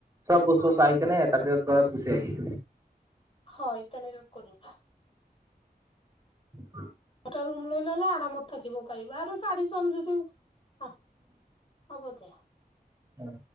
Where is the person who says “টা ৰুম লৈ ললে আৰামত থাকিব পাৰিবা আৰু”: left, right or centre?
Left